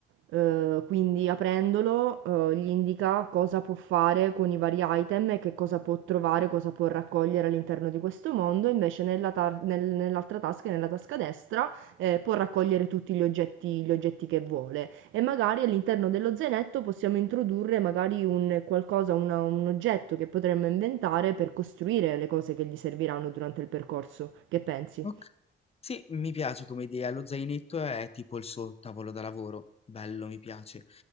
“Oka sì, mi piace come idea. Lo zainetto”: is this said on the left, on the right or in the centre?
Left